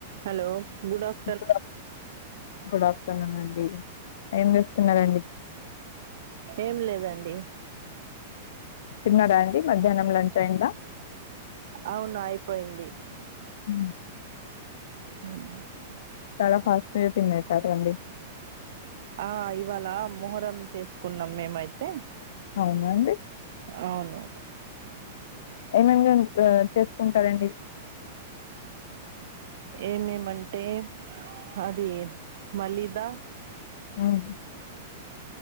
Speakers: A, on the right; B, on the left.
A: Hello good aft
B: good of good afternoon అండి ఏం చేస్తున్నారండి
A: ఏం లేదండి
B: తిన్నారాండి మధ్యాహ్నం లంచ్ అయిందా
A: అవును అయిపోయింది
B: ఉ
A: ఉం
B: చాలా ఫాస్ట్గా తియితారువండి <unintelligible>
A: ఆ ఇవాళ మొహరం చేసుకున్నాం మేమైతే
B: అవునాండి
A: అవును
B: ఏమేం <unintelligible> చేసుకుంటారండి
A: ఎం ఎం అంటే హాలి మలిదా
B: ఆహ